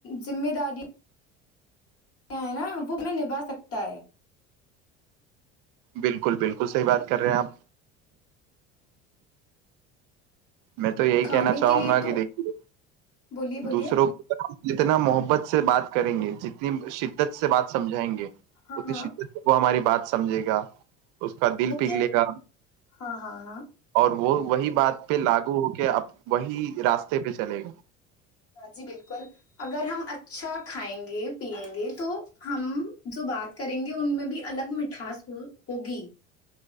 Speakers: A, on the left; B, on the right.
A: ذمہ داری کیا ہے نا وہ میں نبھا سکتا ہے
B: بالکل بالکل صحیح بات کر رہے ہیں آپ میں تو یہی
A: کھانے
B: کہنا چاہوں
A: کے لیے
B: گا
A: تو
B: کہ دیکھیے
A: بولیے بولیے
B: دوسروں کو جتنا محبت سے بات کریں گے جتنی شدت سے بات سمجھائیں گے
A: ہاں
B: وہ
A: ہاں
B: س وہ ہماری بات سمجھے گا اس کا دل
A: لیکن
B: پگھلے گا
A: ہاں ہاں ہاں
B: اور وہ وہی بات پہ لاگو ہو کے اب وہی راستے پہ چلے گا
A: ہاں جی بالکل اگر ہم اچھا کھائیں گے پیئیں گے تو ہم جو بات کریں گے ان میں بھی الگ مٹھاس ہوگی